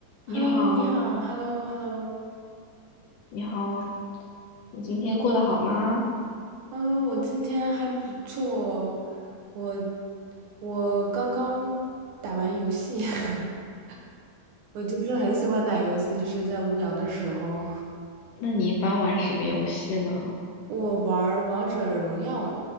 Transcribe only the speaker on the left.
你好，
你好，你今天过得好吗？
那你一般玩什么游戏呢？